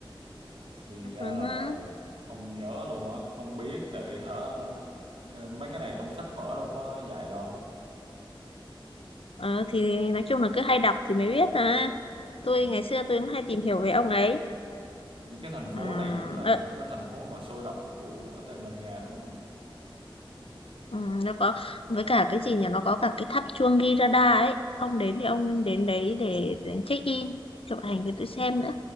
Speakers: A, on the right (about 80°); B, on the left (about 85°).
A: thì
B: Ừ,
A: ra là
B: hứ.
A: vậy không nhớ luôn á không biết tại vì hả ờ, mấy cái này trong sách vở đâu có dạy đâu
B: Ờ, thì nói chung là cứ hay đọc thì mới biết à. Tôi
A: Ừ.
B: ngày xưa tôi cũng hay tìm hiểu về ông ấy.
A: những cái thành
B: Ừ,
A: phố này cũng là
B: ờ,
A: một cái thành phố mà sôi động của của Tây Ban Nha đúng không
B: ừ, nó có với cả cái gì nhỉ? Nó có cả cái tháp chuông Girarda ấy. Ông đến thì ông nên đến đấy để, để check in, chụp ảnh cho tôi xem nữa.